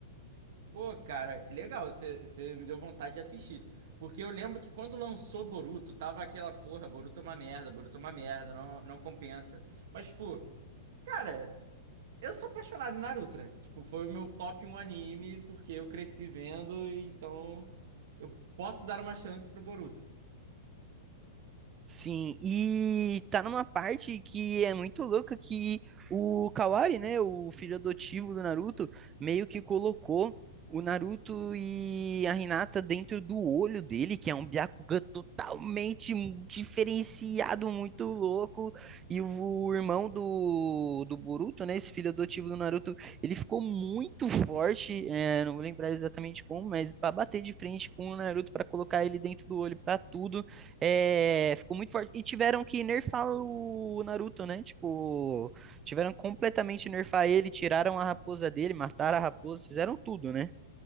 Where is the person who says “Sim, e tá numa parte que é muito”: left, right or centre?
Right